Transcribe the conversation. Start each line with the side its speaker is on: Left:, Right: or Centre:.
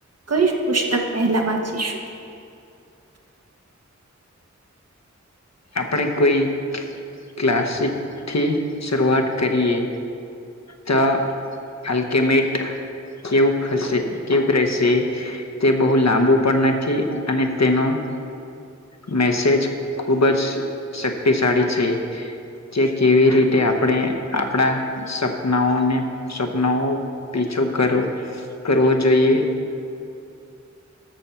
Right: કઈ પુસ્તક પહેલા વાંચીશું?
Left: આપણે કોઈ ક્લાસિક થી શરૂઆત કરીએ. તો હાલકેમેટ કેવું હશે કેવું રહેશે તે બહુ લાંબુ પણ નથી અને તેનો મેસેજ ખુબ જ શક્તિશાળી છે. કે કેવી રીતે આપણે આપણા સપનાઓને સપનાઓ પીછો કરવો જોઈએ.